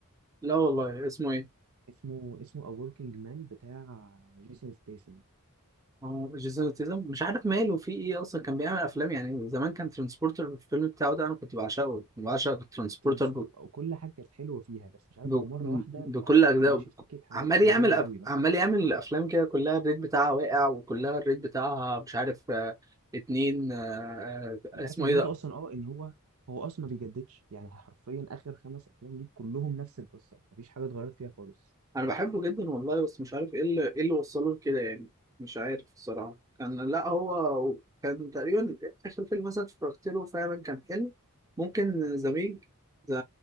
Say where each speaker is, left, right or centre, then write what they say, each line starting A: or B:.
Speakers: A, on the right; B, on the right.
A: لا والله اسمه إيه
B: اسمه اسمه A Working Man بتاع جيسون ستيسن
A: أه جيسون ستيثم مش عارف ماله في إيه أصلا كان بيعمل أفلام يعني زمان كان ترانسبورتر الفيلم بتاعه ده أنا كنت بعشقه بعشق الترانسبورتر
B: ترانسبورت وكل حاجه كانت حلوه فيها بس مش عارف
A: ب-
B: هو مره واحده
A: بكل
B: بقى,
A: أجزائه
B: بقى ماشي في سكه حاجات
A: عمال
B: تجاريه
A: يعمل أف...
B: قوي اه
A: عمال يعمل الأفلام كده كلها الريت بتاعها واقع وكلها الريت بتاعها مش عارف آه، اتنين آه، آه،
B: انت
A: اسمه
B: عارف النقطه
A: إيه ده؟
B: اصلا اه ان هو هو اصلا ما بيجددش يعني <laughs> حرفيا اخر خمس افلام ليه كلهم نفس القصه مفيش حاجه اتغيرت فيها خالص
A: أنا بحبه جدا والله بس مش عارف إيه اللي, إيه اللي وصله لكده يعني مش عارف الصراحة كان لا هو كان تقريبا آخر فيلم مثلا اتفرجت له فعلا كان حلو ممكن زميج ده